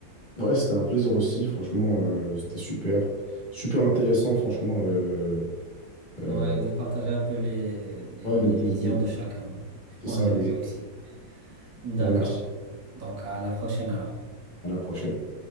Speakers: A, on the left; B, on the right.
A: Ouais, c'était un plaisir aussi, franchement, euh, c'était super. Super intéressant, franchement. euh, euh,
B: Ouais, de partager un peu les, les,
A: ouais, les-
B: les
A: des-
B: visions
A: des-
B: de chacun, hein, les points
A: c'est ça,
B: de
A: les...
B: vue
A: Je
B: aussi. D'accord.
A: te remercie.
B: Donc à la prochaine alors.
A: À la prochaine.